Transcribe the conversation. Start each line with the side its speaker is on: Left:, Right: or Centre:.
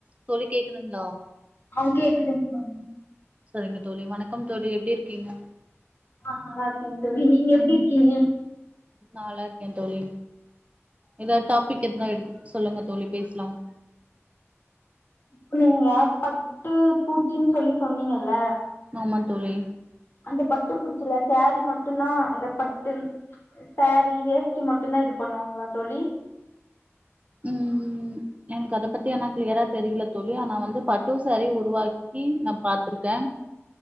Right: தோழி கேக்குதுங்ளா
Left: ஆ கேக்குதுங் தோழி
Right: சரிங்க தோழி வணக்கம் தோழி எப்டி இருக்கீங்க?
Left: ஆ நல்லாருக்கேங் தோழி நீங்க எப்டி இருக்கீங்க?
Right: நா நல்லாருக்கே தோழி எதா டாபிக் இருந்தா எடு சொல்லுங்க தோழி பேசலாம்
Left: புழுவா பட்டு பூச்சின் சொல்லி சொன்னீங்கள்ல
Right: ன்ன தோழி
Left: அந்த பட்டுப்பூச்சில சாரீ மட் டுந்தா இந்த பட்டு சாரீ வேஷ்டி மட்டுந்தா இது பண்ணுவாங்ளா தோழி
Right: ம் எனக்கு அத பத்தி ஆனா கிளியரா தெரியில தோழி ஆனா வந்து பட்டு சேரீ உருவாக்கி நா பாத்துருக்கே